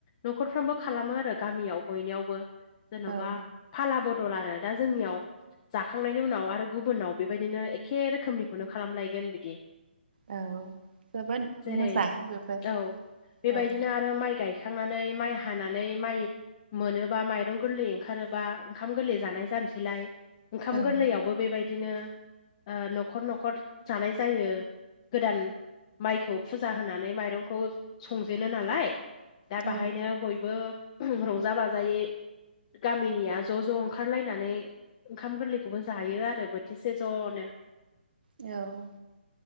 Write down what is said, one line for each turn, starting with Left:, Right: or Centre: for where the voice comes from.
Left: न'खरफ्रामबो खालामो आरो गामियाव बयनिवबो। जेन'बा
Right: औ
Left: फाला बदल आरो दा जोंनियाव जाखांनायनि उनाव आरो गुबुनाव बे बेबायदिनो एखे रोखोमनिखौनो खालामलायगोन बिदि।
Right: औ जोबोद
Left: जेरै
Right: मोजां जोबोद
Left: औ बेबायदिनो
Right: औ
Left: आद ओ माइ गायखांनानै माइ हानानै माइ मोनोबा माइरं गोरलै ओंखारोबा ओंखाम गोरलै जानाय जानोसैलाय। ओंखाम
Right: ओं
Left: गोरलैयावबो बेबायदिनो आ न'खर न'खर जानाय जायो। गोदान माइखौ फुजा होनानै माइरंखौ संजेनो नालाय। दा
Right: औ
Left: बाहायनो बयबो रंजा बाजायै गामिनिया ज' ज' ओंखारलायनानै ओंखाम गोरलैखौबो जायो आरो बोथिसे ज'नो।
Right: औ!